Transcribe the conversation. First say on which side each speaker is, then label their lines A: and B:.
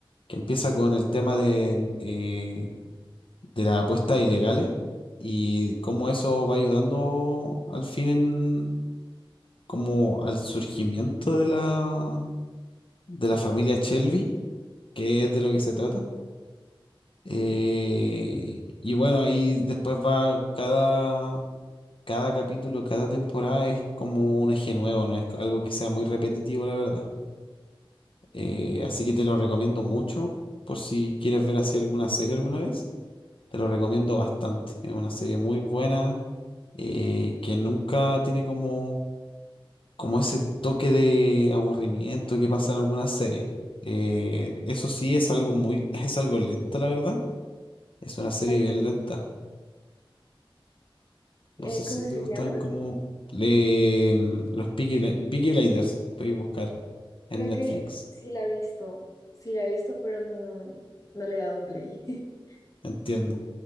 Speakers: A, on the left (about 70°); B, on the left (about 35°).
A: que empieza con el tema de, eh, de las apuestas ilegales y cómo eso va ayudando al fin en, como al surgimiento de la, de la familia Shelby, que es de lo que se trata. Eh, y bueno, ahí después va cada, cada capítulo, cada temporada es como un eje nuevo, no es algo que sea muy repetitivo, la verdad. Eh, así que te lo recomiendo mucho por si quieres ver así alguna serie alguna vez. Te lo recomiendo bastante. Es una serie muy buena eh, que nunca tiene como, como ese toque de aburrimiento que pasa en algunas series. Eh, eso sí es algo muy, <laughs> es algo lenta, la verdad. Es una serie
B: Ay,
A: bien
B: pero,
A: lenta. No
B: eh,
A: sé si
B: ¿cómo es
A: te
B: que
A: gustan
B: se llama?
A: como le, mm, los Peaky, Bli- Peaky Blinders. Puedes buscar en
B: Creo
A: Netflix.
B: que sí la he visto, sí la he visto, pero no, no le he dado play. <laughs>
A: Entiendo.